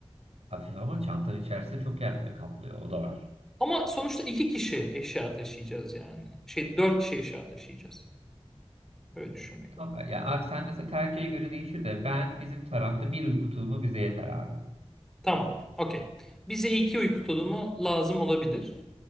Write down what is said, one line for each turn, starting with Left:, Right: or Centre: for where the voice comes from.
Right: Hafif ama çantanın içerisinde çok yer kaplıyor. O da var.
Centre: Ama sonuçta iki kişi eşya taşıyacağız yani. Şey dört kişi eşya taşıyacağız. Öyle düşünmek lazım.
Right: Ama ya abi sen mesela tercihe göre değişir de ben bizim tarafta bir uyku tulumu bize yeter abi.
Centre: Tamam. Okey. Bize iki uyku tulumu lazım olabilir.